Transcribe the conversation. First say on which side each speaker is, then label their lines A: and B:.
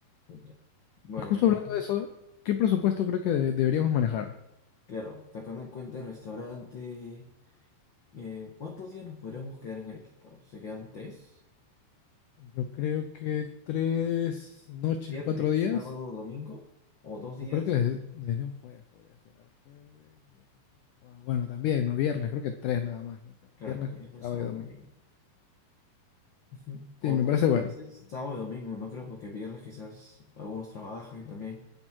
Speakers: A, on the left; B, on the left.
A: Ya. Bueno,
B: Y justo
A: ya
B: hablando
A: vimos.
B: de eso, ¿qué presupuesto creo que debe- deberíamos manejar?
A: Claro, sacando en cuenta el restaurante, eh, ¿cuántos días nos podríamos quedar en Arequipa? ¿Serían tres?
B: Yo creo que tres noches,
A: ¿Viernes,
B: cuatro días,
A: sábado, domingo? ¿O dos días?
B: o creo que desde, desde un jueves podría ser. A ver, jueves, viernes, sábado. Guau, Bueno, también, ¿no? Viernes, creo que tres nada más, ¿no? Claro,
A: Claro,
B: viernes,
A: viernes,
B: sábado
A: sábado,
B: y domingo.
A: domingo. Ujú. O
B: Sí, me
A: también
B: parece
A: puede
B: bueno.
A: ser sábado y domingo, no creo, porque viernes quizás algunos trabajen también,